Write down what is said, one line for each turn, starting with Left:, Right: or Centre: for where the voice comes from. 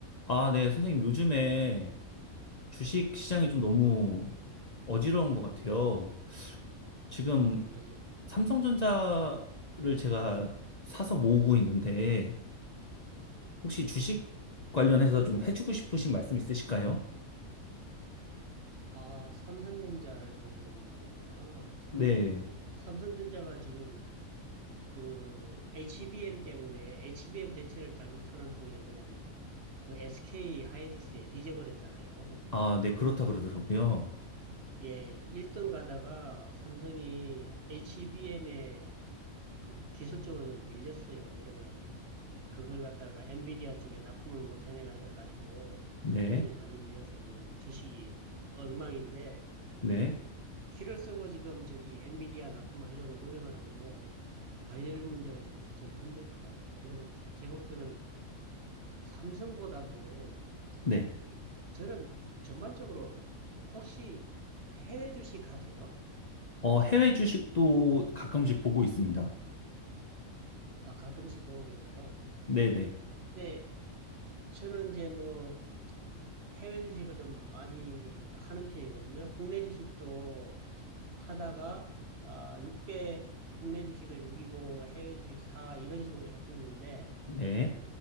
Left: 아, 네, 선생님, 요즘에 주식 시장이 좀 너무 어지러운 것 같아요. 지금
Right: 맞아요.
Left: 삼성전자를 제가 사서 모으고 있는데, 혹시 주식 관련해서 좀 해주고 싶으신 말씀 있으실까요?
Right: 아, 삼성전자를 보시는 거구나. 삼,
Left: 네.
Right: 삼성전자가 지금 그 HBM 때문에 HBM 대체를 잘못하는 통에 그냥 그 SK 하이닉스에 뒤져버렸잖아요.
Left: 아, 네, 그렇다 그러더라고요.
Right: 예, 1등 가다가 삼성이 HBM에 그 기술적으로 좀 밀렸어요. 그래서 그걸 갖다가 엔비디아 쪽에 납품을 못 해내가지고
Left: 네,
Right: 걔들이 많이 밀려서 지금 주식이 엉망인데
Left: 네,
Right: 키를 쓰고 지금 저기 엔비디아 납품하려고 노력을 하는데 발열 문제가 있어서 좀 힘들 것 같아요. 그래서 제가 볼 때는 삼성보다도
Left: 네.
Right: 저는 전반적으로 혹시 해외 주식 하세요?
Left: 어, 해외 주식도 가끔씩 보고 있습니다.
Right: 아, 가끔씩 보고 계세요.
Left: 네네, 네,
Right: 근데 저는 이제 뭐 해외 주식을 좀 많이 하는 편이거든요. 국내 주식도 하다가 아, 6대 국내 주식을 6이고 해외 주식 4 이런 식으로 했었는데
Left: 네.